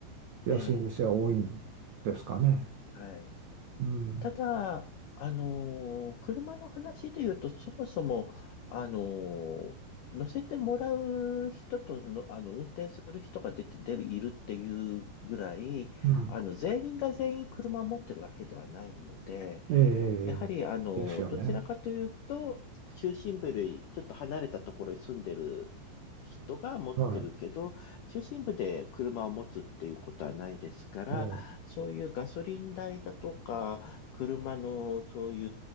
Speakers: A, on the right; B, on the left.
A: 安い店は多いん
B: ええ、
A: ですかね。
B: はい。
A: うん。
B: ただ、あのー車の話で言うと、そもそも、あのー乗せてもらう人との、あの、運転する人が出て、出る、いるっていうぐらい、
A: うん。
B: あの、全員が全員車を持ってるわけではないので、
A: ええ。
B: やはり、
A: ええ
B: あの、
A: ええですよね。
B: どちらかというと、中心部よりちょっと離れたところに住んでる人が持ってるけど、
A: は
B: 中心部で車を持つっていうことはないですから、
A: い。ええ。
B: そういうガソリン代だとか、車のそうい